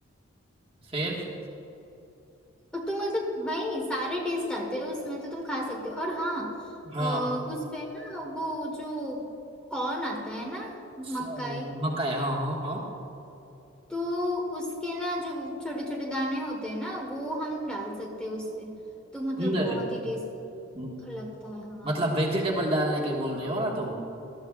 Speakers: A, on the right; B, in the centre.
A: फिर
B: और तुम मतलब वही सारे टेस्ट आते हैं उसमें तो तुम खा सकते हो और हाँ
A: हाँ
B: अ, उस पे ना वो जो कॉर्न आता है ना
A: सो
B: मकाई
A: मकाई हाँ हाँ हाँ
B: तो उसके ना जो छोटे छोटे दाने होते हैं ना वो हम डाल सकते हैं उस पे तो मतलब
A: अंदर
B: बहुत ही टेस्ट
A: म-
B: लगता है हाँ
A: मतलब वेजिटेबल डालने की बोल रहे हो ना तुम